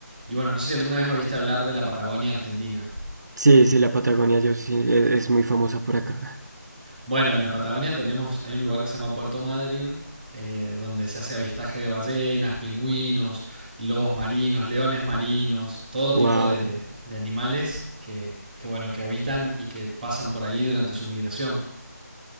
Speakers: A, in the centre; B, on the right.
A: y bueno, no sé si alguna vez oíste hablar de la Patagonia Argentina.
B: Sí, sí, la Patagonia yo sí, e- es, muy famosa por acá.
A: Bueno, en la Patagonia tenemos, hay un lugar que se llama Puerto Madryn, eh, donde se hace avistaje de ballenas, pingüinos, lobos marinos, leones marinos, todo
B: Wow.
A: tipo de, de animales que, que, bueno, que habitan y que pasan por ahí durante su migración.